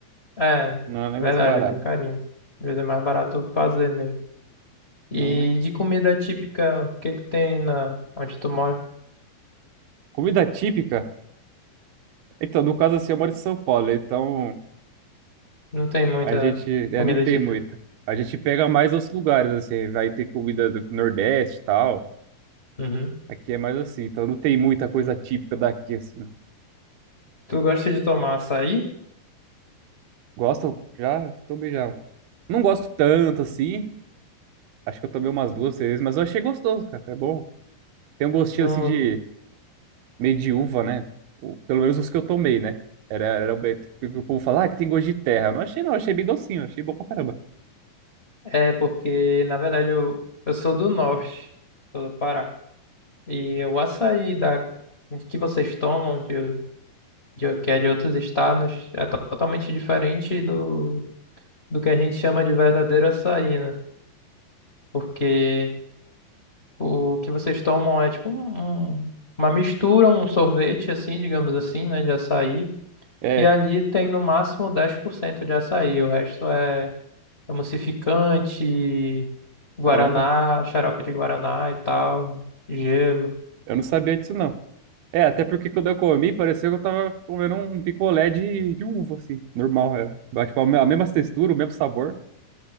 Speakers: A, on the left; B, on the right.
A: É,
B: Não é um negócio
A: verdade,
B: barato,
A: é bem carinho. Às vezes é mais barato fazer mesmo.
B: não,
A: E
B: né?
A: de comida típica, o que que tem na onde tu mora?
B: Comida típica? Então, no caso assim, eu moro em São Paulo, então
A: Não tem muita
B: a gente é,
A: comida
B: não tem
A: típica.
B: muita. A gente pega mais outros lugares, assim, vai ter comida do Nordeste e tal.
A: Uhum.
B: Aqui é mais assim, então não tem muita coisa típica daqui, assim. né?
A: Tu gosta de tomar açaí?
B: Gosto? Já? Tomei já. Não gosto tanto, assim. Acho que eu tomei umas duas, três, mas eu achei gostoso, cara. É bom. Tem um gostinho,
A: No-
B: assim, de meio de uva, né? O- pelo menos os que eu tomei, né? Era, era o be- que o povo fala, ah, que tem gosto de terra. Eu não achei, não. Achei bem docinho. Achei bom pra caramba.
A: É porque, na verdade, eu, eu sou do norte, sou do Pará. E o açaí da, que vocês tomam, de, de, que é de outros estados, é to- totalmente diferente do, do que a gente chama de verdadeiro açaí, né? Porque o que vocês tomam é tipo um- um- uma mistura, um sorvete, assim, digamos assim, né, de açaí,
B: É,
A: que ali tem no máximo 10% de açaí, o resto é É emulsificante, guaraná,
B: caramba.
A: xarope de guaraná e tal, gelo.
B: Eu não sabia disso, não. É, até porque quando eu comi, pareceu que eu tava comendo um picolé de, de uva, assim. Normal, era. Mas, Tipo, a me- a mesma textura, o mesmo sabor.